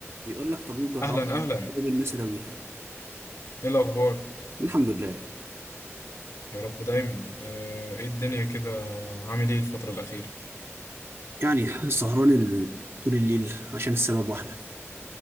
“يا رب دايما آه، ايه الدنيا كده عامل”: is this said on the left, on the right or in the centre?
Left